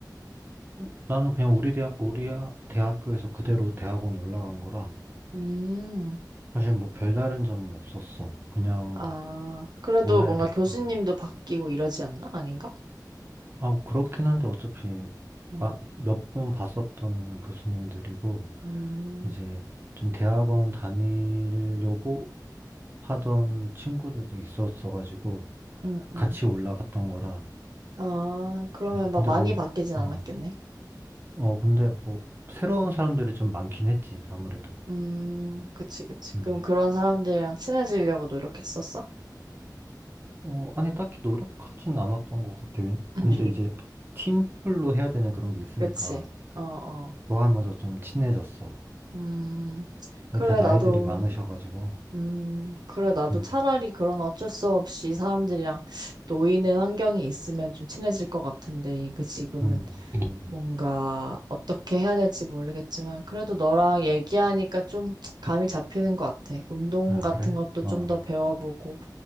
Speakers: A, on the right (about 30°); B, on the right (about 70°).
A: 그- 나는 그냥 우리 대학, 우리 아, 대학교에서 그대로 대학원 올라간 거라,
B: 음,
A: 사실 뭐 별다른 점은 없었어. 그냥
B: 아, 그래도
A: 뭐라
B: 뭔가
A: 해야 될까.
B: 교수님도 바뀌고 이러지 않나? 아닌가?
A: 아, 뭐 그렇긴 한데 어차피
B: 응,
A: 몇 번 봤었던 교수님들이고,
B: 음,
A: 이제 좀 대학원 다니려고 하던 친구들도 있었어가지고,
B: 음,
A: 같이
B: 음.
A: 올라갔던 거라.
B: 아, 그러면
A: 음,
B: 막
A: 근데
B: 많이
A: 뭐,
B: 바뀌진
A: 어,
B: 않았겠네.
A: 어, 근데 뭐, 새로운 사람들이 좀 많긴 했지, 아무래도.
B: 음, 그치, 그치.
A: 음.
B: 그럼 그런 사람들이랑 친해지려고 노력했었어?
A: 어, 아니, 딱히 노력하진 않았던 것 같아. 왠-
B: <laughs>
A: 근데 이제 팀플로 해야 되는 그런 게 있으니까.
B: 그치. 어, 어.
A: 좋아하면서 좀 친해졌어.
B: 음, 그래,
A: 근데 다 나이들이
B: 나도,
A: 많으셔가지고,
B: 음, 그래, 나도
A: 음,
B: 차라리 그런 어쩔 수 없이 사람들이랑 놓이는 환경이 있으면 좀 친해질 것 같은데, 이거 지금은
A: 음, 음.
B: 뭔가 어떻게 해야 될지 모르겠지만, 그래도 너랑 얘기하니까 좀 감이 잡히는 것 같아. 운동
A: 아,
B: 같은
A: 그래?
B: 것도
A: 어,
B: 좀 더 배워보고,